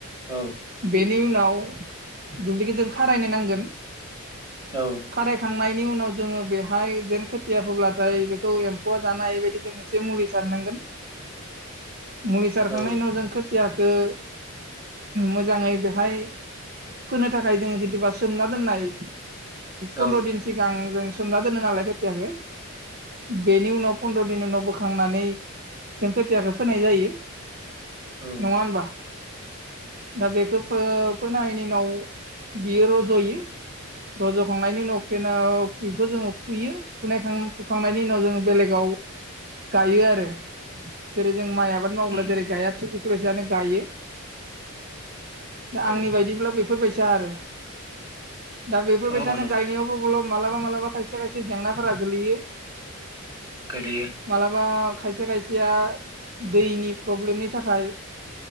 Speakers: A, on the right (about 15°); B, on the right (about 45°).
A: औ
B: बेनि उनाव दुब्लिखो जों खारायनो नांगोन।
A: औ।
B: खारायखांनायनि उनाव जोङो बेहाय जेन खोथिया फ्लाथाय बेखौ एम्फौआ जानायबायदि ज एसे मुलि सारनांगोन मुलि सारखांनायनि
A: औ
B: उनाव जों खुथियााखो मोजाङै बेहाय फोनो थाखाय जोङ जिथुबा सोमना दोननाय
A: औ
B: पन्द्र' दिन सिगां जों सोमना दोनो नालाय खोथियाखौ बेनि उनाव फन्द्र' दिन उनाव बोखांनानै जों खोथियाखौ फोनाय जायो।
A: औ
B: नङा होमबा? दा बेखौ फो-फोनायनि उनाव बियो रज'यो। रज'खांनायनि उनाव फेनाव बेखौ जोङो फुयो। फनायखां -फुखांनायनि उनाव जों बेलेगाव गायो आरो जेरै जों माइ आबाद मावब्ला
A: उम
B: जेरै गाया थिग बेबायदिनो गायो। दा आंनि
A: औ
B: बायदिब्ला बेफोरबायसा आरो। दा बेफोरबायदियानो
A: औ औ नंगौ
B: गायनायावबो बब मालाबा मालाबा खायसे -खायसे जेंनाफोरा गोगलैयो
A: गोलैयो
B: मालाबा खायसे खायसेया दैनि प्रब्लेमनि थाखाय